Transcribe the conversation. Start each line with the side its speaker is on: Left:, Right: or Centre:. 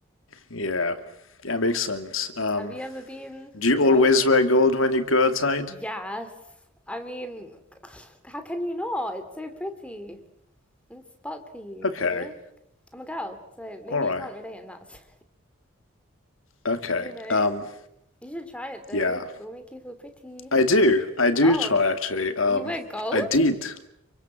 Left: yeah, yeah, makes sense. Um,
Centre: have you ever been
Left: do you
Centre: robbed?
Left: always wear gold when you go outside?
Centre: Yes. I mean, <sighs> how can you not? It's so pretty and sparkly.
Left: Okay,
Centre: You know. I'm a girl, so maybe
Left: all right,
Centre: you can't relate in that <laughs> sense.
Left: okay.
Centre: You know,
Left: Um,
Centre: you should try it though.
Left: yeah,
Centre: It will make you feel pretty.
Left: I do. I do
Centre: Oh,
Left: try actually. Um,
Centre: you wear gold?
Left: I did.